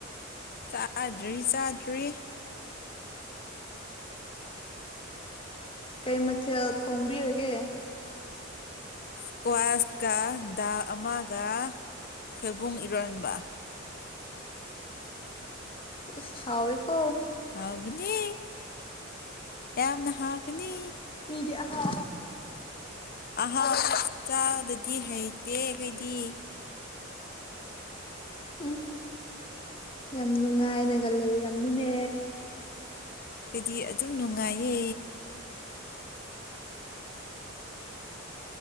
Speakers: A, on the left; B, on the left.
A: ꯆꯥꯗ꯭ꯔꯤ ꯆꯥꯗ꯭ꯔꯤ꯫
B: ꯀꯩ ꯃꯊꯦꯜ ꯊꯣꯡꯕꯤꯔꯒꯦ꯫
A: ꯏꯁꯀ꯭ꯋꯥꯁꯀ ꯗꯥꯜ ꯑꯃꯒ ꯁꯣꯏꯕꯨꯡ ꯏꯔꯣꯟꯕ꯫
B: ꯏꯁ ꯍꯥꯎꯋꯤꯀꯣ꯫
A: ꯍꯥꯎꯕꯅꯤ ꯌꯥꯕꯅ ꯍꯥꯥꯎꯕꯅꯤ꯫
B: ꯃꯤꯗꯤ ꯑꯍꯥꯎ ꯑꯍꯥꯎ
A: ꯑꯍꯥꯎꯕ ꯆꯥꯗꯗꯤ ꯍꯩꯇꯦ ꯑꯩꯩꯈꯣꯏꯗꯤ꯫
B: ꯎꯝ꯫ ꯌꯥꯝ ꯅꯨꯡꯉꯥꯏꯅꯒ ꯂꯩꯔꯝꯃꯤꯅꯦ꯫
A: ꯑꯩꯈꯣꯏꯗꯤ ꯑꯗꯨꯝ ꯅꯨꯡꯉꯥꯏꯌꯦ꯫